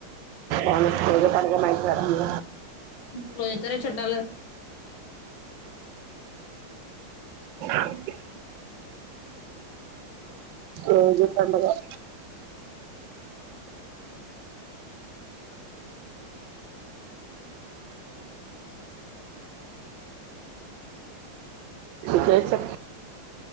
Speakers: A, on the right; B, on the left.
A: అవును పిర్లపండగ మా ఇన్ తపిర
B: హు ఈ రోజ్ వచ్చారా చుట్టాలు
A: అకే ఏది దన్డగా <unintelligible> ఆ